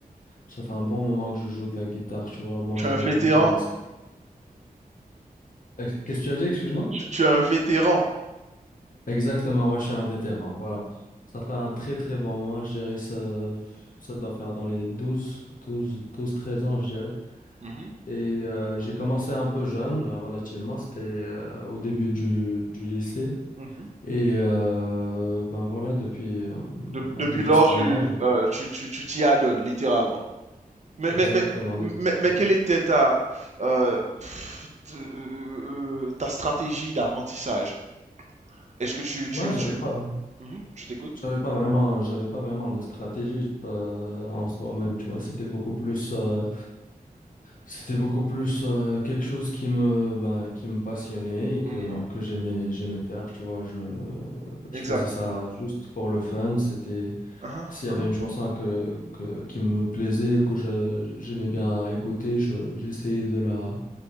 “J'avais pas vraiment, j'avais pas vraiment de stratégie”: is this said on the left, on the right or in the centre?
Left